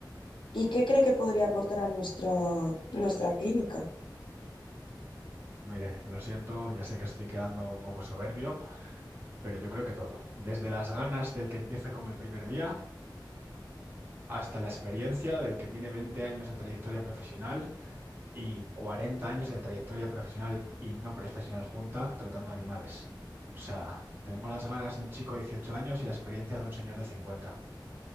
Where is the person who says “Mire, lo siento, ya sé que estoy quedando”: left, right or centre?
Right